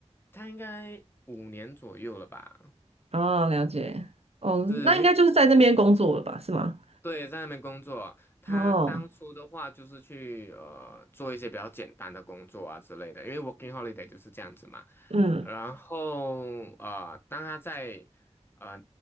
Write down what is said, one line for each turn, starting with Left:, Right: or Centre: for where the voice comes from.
Left: 他应该五年左右了吧？
Right: 哦，了解，哦，
Left: 是因为
Right: 那应该就是在那边工作了吧，是吗？
Left: 对在那边工作，他当初的话就是去呃做一些比较简单的工作啊之类的，
Right: 哦，
Left: 因为 working holiday 就是这样子嘛。
Right: 嗯，
Left: 然后呃，当他在呃